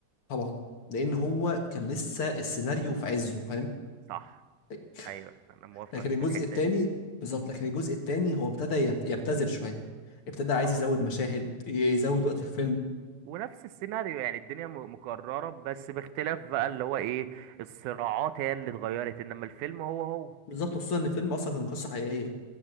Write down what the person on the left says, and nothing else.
طبعا لان هو كان لسه السيناريو في عزه فاهم
<laughs>
لكن الجزء
الثاني
بالظبط لكن الجزء الثاني هو ابتدى يبت- يبتذل شويه ابتدى عايز
يزود مشاهد يزود وقت الفيلم
بالظبط خصوصا ان الفيلم اصلا كان قصه حقيقيه